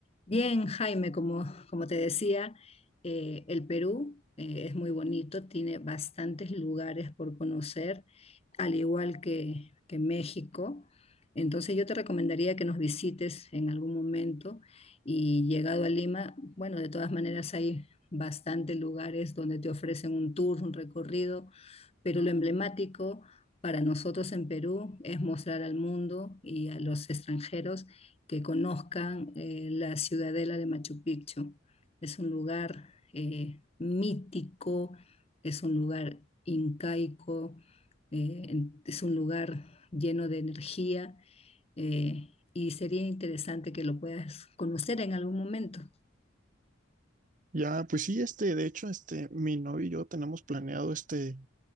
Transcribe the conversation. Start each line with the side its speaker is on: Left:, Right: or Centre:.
Left: Bien, Jaime, como, como te decía, eh, el Perú eh, es muy bonito, tiene bastantes lugares por conocer, al igual que, que México. Entonces yo te recomendaría que nos visites en algún momento y llegado a Lima, bueno, de todas maneras hay bastantes lugares donde te ofrecen un tour, un recorrido, pero lo emblemático para nosotros en Perú es mostrar al mundo y a los extranjeros que conozcan eh, la ciudadela de Machu Picchu. Es un lugar eh, mítico, es un lugar incaico, eh, en- es un lugar lleno de energía eh, y sería interesante que lo puedas conocer en algún momento.
Right: Ya, pues sí, este, de hecho, este, mi novio y yo tenemos planeado, este,